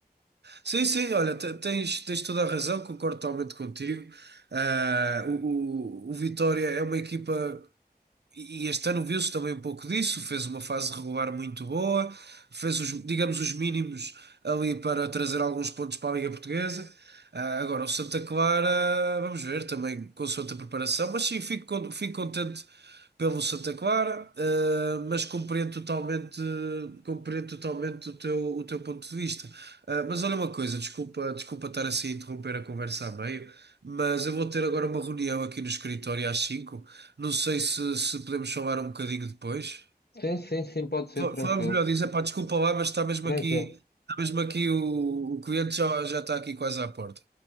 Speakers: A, on the right (about 90°); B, on the left (about 75°).
A: Sim, sim, olha, te- tens, tens toda a razão, concordo totalmente contigo. Ah, o, o, o Vitória é uma equipa. E este ano viu-se também um pouco disso, fez uma fase regular muito boa, fez os, digamos, os mínimos ali para trazer alguns pontos para a Liga Portuguesa. Ah, agora, o Santa Clara, vamos ver também com a sua preparação, mas sim, fico, con- fico contente pelo Santa Clara, ah, mas compreendo totalmente, compreendo totalmente o teu, o teu ponto de vista. Ah, mas olha uma coisa, desculpa, desculpa estar assim a interromper a conversa a meio, mas eu vou ter agora uma reunião aqui no escritório às cinco não sei se, se podemos falar um bocadinho depois.
B: Sim, sim, sim, pode ser,
A: Fa-
B: tranquilo.
A: Falamos melhor disso. Epá, desculpa lá, mas está mesmo
B: Tranquilo.
A: aqui, está mesmo aqui o, o cliente já, já está aqui quase à porta.